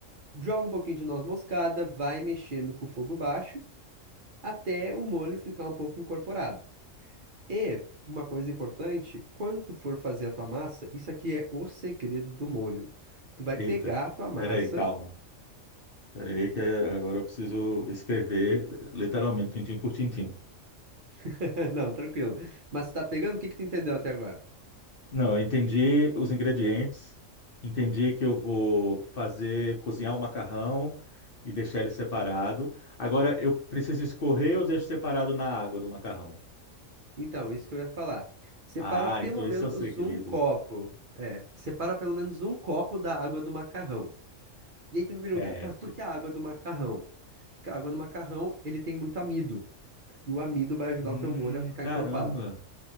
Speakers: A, on the right; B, on the left.
A: Joga um pouquinho de noz moscada, vai mexendo com o fogo baixo, até o molho ficar um pouco incorporado. E uma coisa importante, quando tu for fazer a tua massa, isso aqui é o segredo do molho. Tu vai
B: Eita.
A: pegar a tua massa
B: Peraí, calma. Peraí, que agora eu preciso escrever literalmente, tintim por tintim.
A: <laughs> Não, tranquilo. Mas tu tá pegando? O que que tu entendeu até agora?
B: Não, eu entendi os ingredientes, entendi que eu vou fazer, cozinhar o macarrão e deixar ele separado. Agora, eu preciso escorrer ou deixo separado na água do macarrão?
A: Então, isso que eu ia falar. Separa
B: Ah,
A: pelo
B: então esse
A: menos
B: é o segredo.
A: um copo. É, separa pelo menos um copo da água do macarrão. E aí tu me pergunta,
B: Certo.
A: "Ah, mas por que a água do macarrão? Porque a água do macarrão, ele tem muito amido. E o amido vai ajudar
B: Hum,
A: o teu molho a ficar
B: caramba,
A: encorpado.